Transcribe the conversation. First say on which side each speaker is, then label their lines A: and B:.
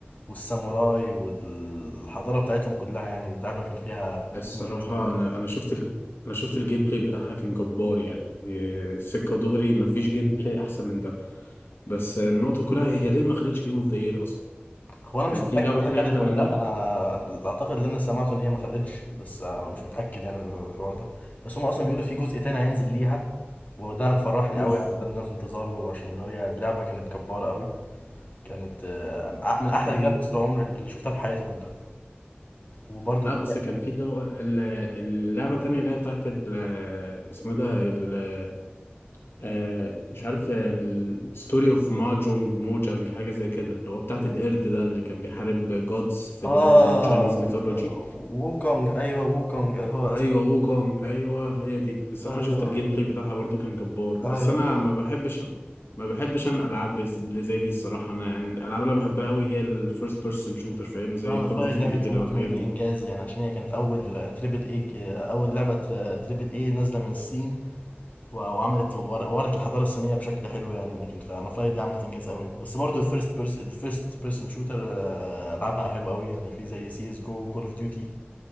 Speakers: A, on the left; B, on the left.
A: والساموراي والحضارة بتاعتهم كلها يعني اللعبة كان فيها
B: الصراحه
A: إنجاز كبير
B: انا انا شفت ال... انا شفت الجيم بلاي بتاعها كان جبار يعني آه، سكه دغري مفيش جيم بلاي احسن من ده بس النقطه كلها هي ليه ما خدتش جيم اوف ذا يير اصلا
A: هو انا مش
B: كان في
A: متاكد
B: لعبه
A: هي
B: تانية
A: خدت
B: احلى
A: ولا
B: منها
A: لا انا اعتقد ان انا سمعت ان هي ما خدتش بس آه، مش متاكد يعني من الحوار ده بس هم اصلا بيقولوا في جزء تاني هينزل ليها وده مفرحني
B: اوف
A: قوي يعني ده اللي انا في انتظاره عشان هي اللعبه كانت جباره قوي كانت آه، من احلى
B: مم.
A: الجرافيكس اللي عمري اللي شفتها في حياتي كلها وبرضو
B: لا
A: اللي
B: بس
A: هي
B: كان في اللي هو ال- اللعبه التانية اللي هي بتاعت ال- آه، اسمه إيه ده آه مش عارف الستوري اوف ماجونج موجانج حاجة زي كده اللي هو بتاعت القرد ده اللي كان بيحارب جودز في
A: اه
B: اللي هو في التشاينيز ميثولوجي
A: ووكونج ايوه ووكونج اللي هو
B: ايوه
A: اسمه
B: ووكونج ايوه هي دي الصراحة
A: ايوه
B: شفت الجيم بلاي بتاعها برضو كان جبار بس
A: ايوه
B: انا
A: دي
B: ما بحبش ما بحبش انا العاب اللي زي دي الصراحة انا يعني الالعاب اللي أنا بحبها قوي هي الفيرست بيرسون شوتر فاهم زي
A: لا انا
B: كول
A: في
B: اوف
A: رايي
B: ديوتي
A: لعبه
B: كده
A: ووكونج
B: والحاجات
A: دي
B: دي
A: انجاز يعني عشان هي كانت اول تريبل اي اول لعبه تر- تريبل اي نازله من الصين و- وعملت ور- ورت الحضاره الصينيه بشكل حلو يعني لكن فانا فلاي دي عملت انجاز قوي بس برضو الفيرست بيرس الفيرست بيرسون شوتر آه، العابها حلوه قوي يعني في زي سي اس جو كول اوف ديوتي